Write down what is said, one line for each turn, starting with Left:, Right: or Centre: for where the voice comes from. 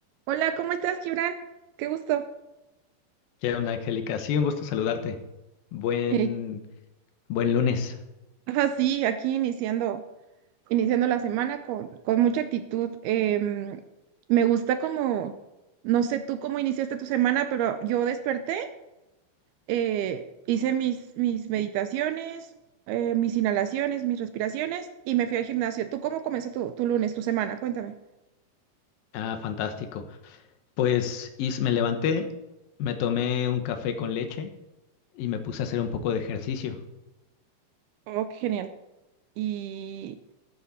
Right: Hola, ¿cómo estás, Gibran? Qué gusto.
Left: ¿Qué onda, Angélica? Sí, un gusto saludarte. Buen,
Right: Eh,
Left: buen lunes.
Right: Ajá, sí, aquí iniciando, iniciando la semana con, con mucha actitud. Em, me gusta como, no sé tú cómo iniciaste tu semana, pero yo desperté, eh, hice mis, mis meditaciones, eh, mis inhalaciones, mis respiraciones y me fui al gimnasio. ¿Tú cómo comenzó tu, tu lunes, tu semana? Cuéntame.
Left: Ah, fantástico. Pues y me levanté, me tomé un café con leche y me puse a hacer un poco de ejercicio.
Right: Oh, qué genial. ¿Y,